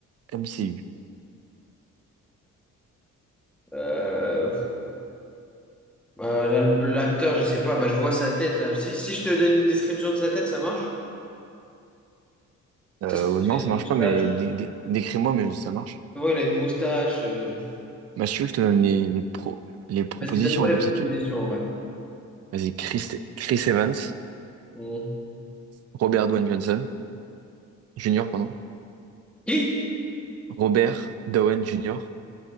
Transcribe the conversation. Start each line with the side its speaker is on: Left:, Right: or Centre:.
Right: MCU?
Centre: Euh, pff, euh, l'al- l'acteur, je sais pas, bah, je vois sa tête, là. Si, si je te donne une description de sa tête, ça marche?
Right: Euh,
Centre: C'est sûr qu'il
Right: non, ça
Centre: a une
Right: marche
Centre: moustache.
Right: pas, mais dé- dé- décris-moi, mais ça marche.
Centre: Ouais, il a une moustache. euh.
Right: Mathieu, je te donne les, les, pro- les propositions,
Centre: Vas-y, donne-moi
Right: et comme
Centre: les
Right: ça,
Centre: propositions,
Right: tu vas-
Centre: ouais.
Right: Vas-y, Chris, Chris Evans,
Centre: Mm.
Right: Robert Downey Johnson, Junior, pardon.
Centre: Qui?
Right: Robert Downey Junior,